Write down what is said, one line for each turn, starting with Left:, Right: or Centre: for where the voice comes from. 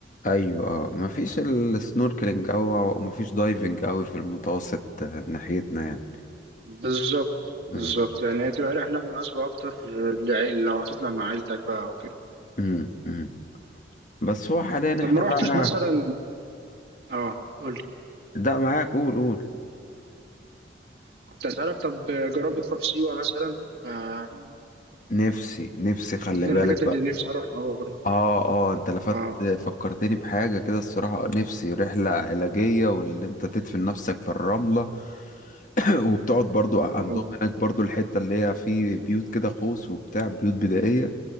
Left: أيوة اه مفيش السنوركلينج أو أو مفيش دايفنج أوي في المتوسط آه، ناحيتنا يعني
Right: بالظبط بالظبط
Left: مم.
Right: يعني هتبقى رحلة مناسبة أكتر لعيل لو هتطلع مع عيلتك بقى وكده
Left: مم. مم. بس هو حاليا
Right: طب
Left: احنا
Right: ما روحتش
Left: بقى
Right: مثلا اه قولي
Left: ده معاك قول قول
Right: كنت أسألك طب جربت تروح سيوة مثلا آه،
Left: نفسي نفسي خلي
Right: دي من
Left: بالك
Right: الحاجات اللي نفسي أروحها برضه
Left: اه اه انت لفت
Right: اه
Left: فكرتني بحاجة كده الصراحة نفسي رحلة علاجية واللي انت تدفن نفسك في الرملة <laughs> وبتقعد برضو عندهم
Right: اه
Left: هناك برضو الحتة اللي هي في بيوت كده قوس وبتاع بيوت بدائية